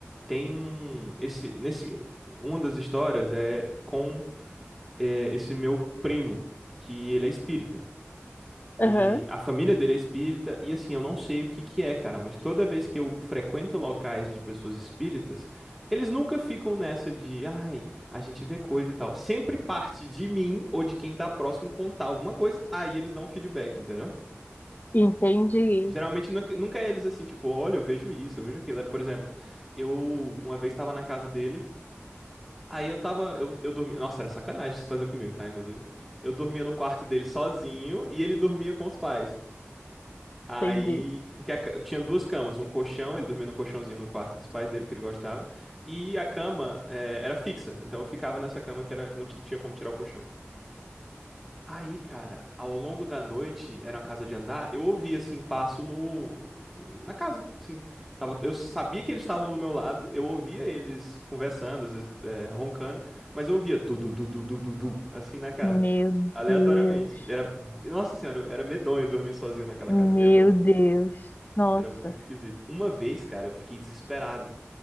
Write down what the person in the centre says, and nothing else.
tem um esse nesse uma das histórias é com é, esse meu primo que ele é espírita
e a família dele é espírita e assim eu não sei o que que é cara mas toda vez que eu frequento locais de pessoas espíritas eles nunca ficam nessa de ai a gente vê coisa e tal sempre parte de mim ou de quem tá próximo contar alguma coisa aí eles dão um feedback entendeu
Geralmente nunca, nunca é eles assim, tipo, olha, eu vejo isso, eu vejo aquilo. É, Por exemplo, eu uma vez estava na casa dele Aí eu tava, eu, eu dormia, nossa, era sacanagem isso fazer comigo, tá, inclusive. Eu dormia no quarto dele sozinho e ele dormia com os pais. Aí,
porque a ca- eu tinha duas camas, um colchão, ele dormia no colchãozinho no quarto dos pais dele, que ele gostava, e a cama eh, era fixa, então eu ficava nessa cama que era que não ti- tinha como tirar o colchão. Aí, cara, ao longo da noite, era uma casa de andar, eu ouvi assim passo no na casa, sim. Tava, eu sabia que eles estavam do meu lado, eu ouvia eles conversando, às vezes é, roncando, mas eu ouvia tu du du du du du du, assim na casa,
aleatoriamente.
Era, nossa senhora, eu- era medonho dormir sozinho naquela
casa, medonho.
Era muito esquisito. Uma vez, cara, eu fiquei desesperado